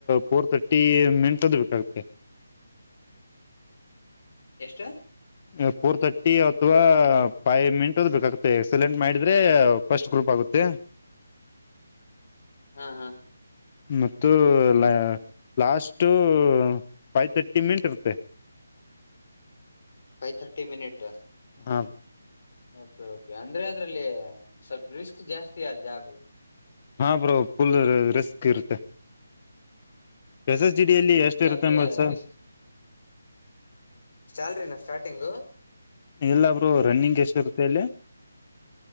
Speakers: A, on the left; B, on the left.
A: ಪೋರ್ತ ಟ್ಟಿ ಮೆನ್ ತದ್ಬೇಕೇಕಾಗುತ್ತೆ.
B: ಎಷ್ಟ.
A: ನೀವು ಫೋರ್ ಥರ್ಟಿ. ಅಥ್ವಾ ಫೈವ್ ಮಿನಿಟ್ ಅ ಬೇಕಾಗುತ್ತೆ ಎಕ್ಸಲೆಂಟ್ ಮಾಡಿದ್ರೆ ಫಸ್ಟ್ ಗ್ರೂಪ್ ಆಗುತ್ತೆ. ಹ <inaudible>
B: ಹ ಹಾ
A: ಮತ್ತು ಲ. ಲಾಸ್ಟು ಫೈವ್ ತರ್ಟಿ ಮಿಂಟ್ ಇರುತ್ತೆ.
B: Five thirty minute.
A: ಹಾ
B: ಕೆ ಕೆ ಅಂದ್ರೆ ಅದ್ರಲ್ಲಿ ಸ್ವಲ್ಪ ರಿಸ್ಕ್ ಜಾಸ್ತಿ ಆದ ಜಾಗು.
A: ಹಾ ಬ್ರೋ ಪುಲ್ ರಿಸ್ಕ್ ಇರುತ್ತೆ. ಎಸ್ ಎಸ್ ಜಿ
B: ಹಾ
A: ಡಿಯಲ್ಲಿ
B: ರಿಶ
A: ಎಷ್ಟು
B: ಜಾಬಿರಿ
A: ಇರುತ್ತೆ ಅಂಬ ಸರ್
B: ಶಲ್ರಿ ನ. ಸ್ಟಾರ್ಟಿಂಗು.
A: ಇಲ್ಲ ಬ್ರೋ ರನ್ನಿಂಗ್ ಎಷ್ಟ ಇರುತ್ತೆ ಹೇಳಿ.